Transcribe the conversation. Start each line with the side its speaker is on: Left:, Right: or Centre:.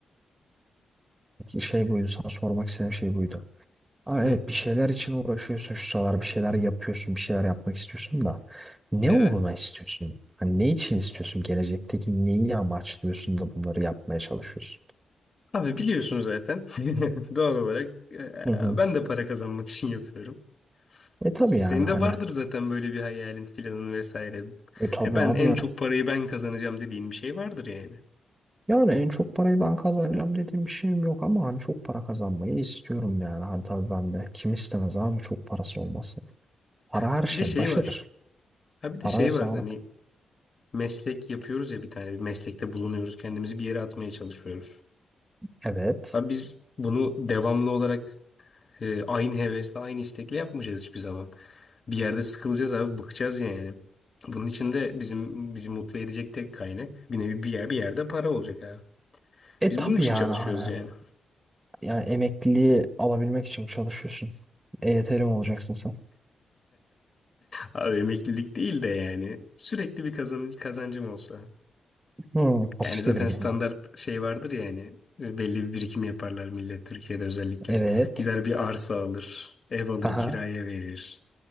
Right: Şey buydu sana sormak istediğim şey buydu. Ama
Left: Ne?
Right: evet bir şeyler için uğraşıyorsun şu sıralar bir şeyler yapıyorsun bir şeyler yapmak istiyorsun da ne
Left: Evet.
Right: uğruna istiyorsun? Hani ne için istiyorsun? Gelecekteki neyi amaçlıyorsun da bunları yapmaya çalışıyorsun?
Left: Abi biliyorsun zaten. <laughs> Doğal olarak e,
Right: Hı hı.
Left: ben de para kazanmak için yapıyorum.
Right: E tabii
Left: Senin
Right: yani hani.
Left: de vardır zaten böyle bir hayalin filanın vesaire.
Right: E tabii
Left: Hani ben
Right: abi
Left: en
Right: ya.
Left: çok parayı ben kazanacağım dediğin bir şey vardır yani.
Right: Yani en çok parayı ben kazanacağım dediğim bir şeyim yok ama hani çok para kazanmayı istiyorum yani. Hani tabii ben de kim istemez abi çok parası olmasın. Para her
Left: Ha
Right: şeyin
Left: Bir de şey
Right: başıdır.
Left: var. Ha bir de
Right: Para
Left: şey
Right: ve sağlık.
Left: var hani meslek yapıyoruz ya bir tane bir meslekte bulunuyoruz. Kendimizi bir yere atmaya çalışıyoruz.
Right: Evet.
Left: Ha biz bunu devamlı olarak e, aynı hevesle aynı istekle yapmayacağız hiçbir zaman. Bir yerde sıkılacağız abi bıkacağız yani. Bunun için de bizim bizi mutlu edecek tek kaynak bir nevi bir yer bir yerde para olacak abi.
Right: E
Left: Biz
Right: tabii
Left: bunun için
Right: yani
Left: çalışıyoruz
Right: hani.
Left: yani.
Right: Yani emekliliği alabilmek için çalışıyorsun. EYT'li mi olacaksın sen?
Left: Abi emeklilik değil de yani sürekli bir kazan kazancım olsa.
Right: Hmm, pasif
Left: Yani zaten
Right: gelir gelme.
Left: standart şey vardır ya yani e, belli bir birikim yaparlar millet Türkiye'de özellikle.
Right: Evet.
Left: Gider bir arsa alır, ev alır,
Right: Aha.
Left: kiraya verir.